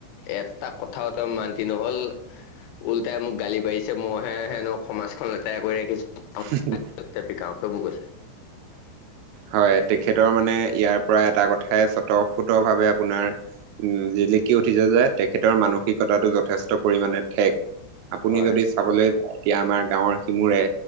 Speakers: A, on the left; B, on the right.
A: এটা কথাও তেওঁ মান্তি নহল। উলটাই মোক গালি পাৰিছে, মইহে হেনো সমাজখন লেতেৰা কৰি ৰাখিছো।
B: <unintelligible>
A: প্ৰতাপ কাও সেইবোৰ কৈছে।
B: হয় তেখেতৰ মানে, ইয়াৰ পৰা এটা কথাই স্বতঃফুতভাৱে আপোনাৰ উম জিলিকি উঠিছে যায়, তেখেতৰ মানসিকতাটো যথেষ্ট পৰিমাণে ঠেক। আপুনি
A: হয়
B: যদি চাবলৈ এতিয়া আমাৰ গাঁৱৰ সিমুৰে,